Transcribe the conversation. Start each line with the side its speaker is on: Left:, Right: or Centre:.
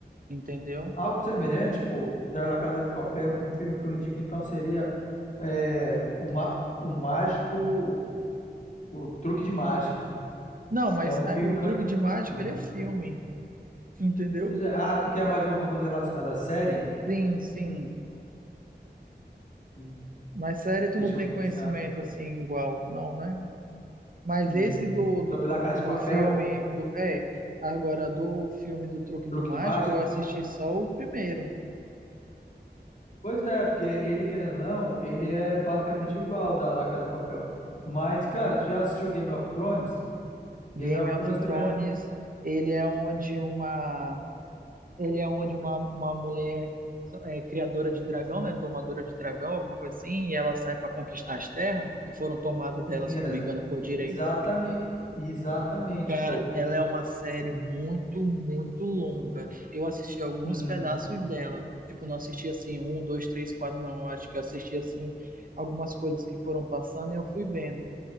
Right: entendeu?
Left: Algo semelhante, pô, da La Casa de Papel, um filme que eu indico, então, seria é, o Ma- o Mágico. O Truque de Mágica.
Right: Não, mas
Left: É um filme
Right: é, o
Left: onde.
Right: truque de mágica,
Left: Hum.
Right: ele é filme, entendeu?
Left: Pois é. Ah, tu quer mais alguma coisa relacionada à série?
Right: Sim, sim.
Left: Hum,
Right: Mas série tu
Left: Deixa
Right: não tem
Left: eu pensar.
Right: conhecimento assim igual, não, né? Mas
Left: Hum.
Right: esse do, do
Left: Sobre
Right: truque
Left: La Casa
Right: do
Left: de Papel,
Right: filme do é, agora do filme do truque
Left: Truque
Right: do mágico,
Left: de Mágica?
Right: eu assisti só o primeiro,
Left: Pois é, porque ele, querendo ou não, ele é basicamente igual da La Casa de Papel. Mas, cara, tu já assistiu Game of Thrones?
Right: Game
Left: Game of
Right: of
Left: Thrones também
Right: Thrones.
Left: é um.
Right: Ele é onde uma ele é onde uma, uma mulher é, criadora de dragão, né, domadora de dragão, alguma coisa assim, e ela sai para conquistar as terras que foram tomadas dela,
Left: Yes.
Right: se eu não me engano, por direito.
Left: Exatamente. Exatamente,
Right: Cara,
Left: pô.
Right: ela é uma série muito, muito longa. Eu assisti alguns
Left: Uhum,
Right: pedaços dela. Tipo, não assisti assim, um, dois, três, quatro, não. Eu acho que eu assisti assim algumas coisas que foram passando e eu fui vendo.